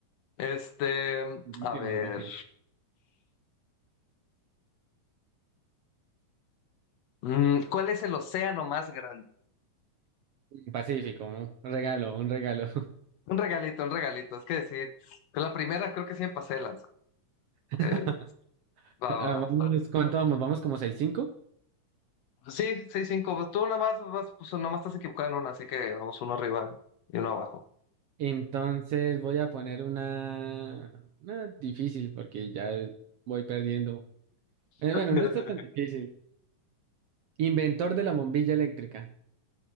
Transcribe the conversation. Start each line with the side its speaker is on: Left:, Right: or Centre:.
Left: Este,
Right: Durísimo,
Left: a ver,
Right: durísimo.
Left: mm, ¿cuál es el océano más grande?
Right: Pacífico, un regalo, un regalo.
Left: Un regalito, un regalito. Es que sí, con la primera creo que sí me pasé de lanza.
Right: <laughs>
Left: Eh, va,
Right: Ah,
Left: va,
Right: Vamos,
Left: va.
Right: ¿cuánto vamos? ¿Vamos como seis cinco.
Left: Sí, seis cinco. Pues Tú nada más, vas- pues, nada más estás equivocado en una, así que vamos uno arriba y uno abajo.
Right: Entonces voy a poner una, una difícil porque ya voy perdiendo. Eh,
Left: <laughs>
Right: bueno, no está tan difícil. Inventor de la bombilla eléctrica.